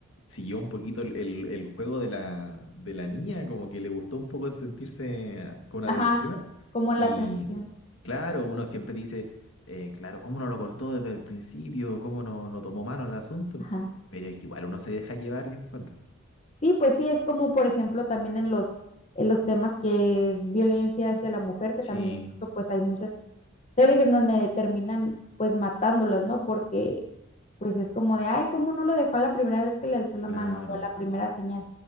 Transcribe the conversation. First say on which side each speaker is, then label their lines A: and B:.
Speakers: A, on the left; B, on the left.
A: siguió un poquito el, el- el juego de la, de la niña, como que le gustó un poco sentirse con atención.
B: Ajá, como la
A: Y
B: atención.
A: claro, uno siempre dice, eh, claro, ¿cómo no lo cortó desde el principio? ¿Cómo no, no tomó mano en el asunto?
B: Ajá.
A: Pero es que igual uno se deja llevar, yo encuentro.
B: Sí, pues sí, es como por ejemplo también en los, en los temas que es violencia hacia la mujer, que
A: Sí,
B: también incluso pues hay muchas series en donde terminan pues matándolas, ¿no? Porque pues es como de, ay, ¿cómo no lo dejó a la primera vez que le alzó la
A: claro,
B: mano o a la primera señal?